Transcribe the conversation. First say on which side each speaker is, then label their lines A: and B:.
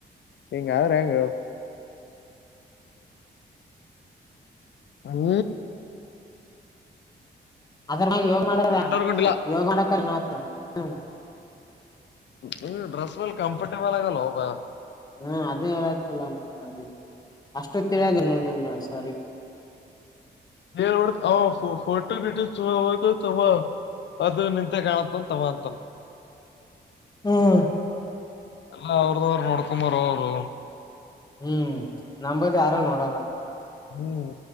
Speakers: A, on the left; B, on the left.
A: ಇಂಗ್ ಆದ್ರೆ ಹೆಂಗ್ ಹ ಹೂ
B: ಅದ್ರಾ <unintelligible> ಮಾಡ
A: ಸ್ವೆಟರ್ ಹಾಕೊಂಡಿಲ್ಲ
B: ಯೋಗ ಮಾಡಕ ಹಾ ಹ
A: ಹ್ಮ ಡ್ರೆಸ್ ಒಲ್ಲಿ ಕಂಫರ್ಟೇಬಲ್ ಆಗಲ್ಲಬ <unintelligible>
B: ಹ್ಮ ಅದೇ ಹೇಳತಿಲ್ಲ ಮತ್ಲಿ ಅಷ್ಟು ತಿಳಿಯಲಿ ನೋಡಿ ಸರಿ
A: ಬ ಅವ ಫೋಟೋ ಗಟ್ಟ ಹ ತ ಅದು ನಿಂತೆ ಕಾಣತನ್ ತಗಂತನ್ <unintelligible>
B: ಹ್ಮ್
A: ಎಲ್ಲ ಅವ್ರದ ಅವರು ನೋಡ್ಕೊಮಾರ ಅವರು
B: ಹ್ಮ್ ನಂಬದ ಯಾರು ನೋಡಲ್ಲ
A: ಹ್ಮ್